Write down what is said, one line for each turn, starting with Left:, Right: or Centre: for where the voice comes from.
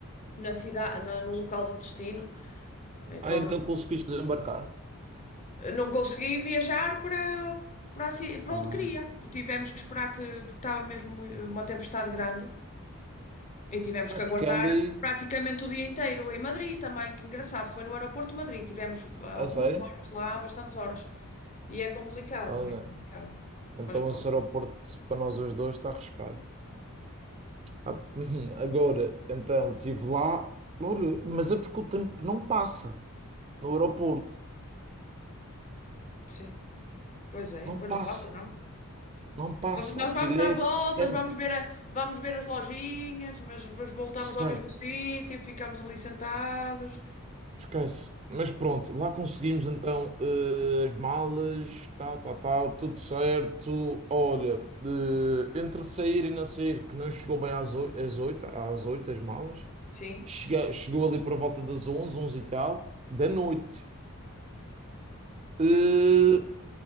Left: na cidade, no local de destino. Então
Right: Ai, não conseguiste desembarcar?
Left: não consegui viajar para, para, a ci- para
Right: Ah,
Left: onde queria. Tivemos que esperar que, porque estava mesmo mui- uma tempestade grande. E tivemos
Right: pá,
Left: que
Right: porque
Left: aguardar
Right: é ali,
Left: praticamente o dia inteiro em Madrid também, que engraçado, foi no aeroporto de Madrid, tivemos ah,
Right: a
Left: algumas
Right: sério?
Left: horas lá, bastantes horas. E é complicado,
Right: Olha,
Left: é complicado.
Right: então
Left: Mas pronto,
Right: esse aeroporto para nós os dois está arriscado. Ah, <laughs> agora, então, estive lá, olha, mas é porque o tempo não passa no aeroporto.
Left: sim. Pois é,
Right: Não
Left: pois
Right: passa,
Left: não passa, não.
Right: não passa.
Left: Mas Nós
Right: Aquilo
Left: vamos dar
Right: é
Left: voltas,
Right: secante,
Left: vamos ver, a- vamos ver as lojinhas, mas, mas voltamos
Right: secante.
Left: ao mesmo sítio, ficamos ali sentados.
Right: Esquece. Mas pronto, lá conseguimos então eh, as malas, tal, tal, tal, tudo certo. Olha, eh, entre sair e não sair, que não chegou bem às oito, às oito, às oito, as malas,
Left: Sim,
Right: Chega- chegou ali por volta das onze, onze e tal, da noite. Eh,
Left: é,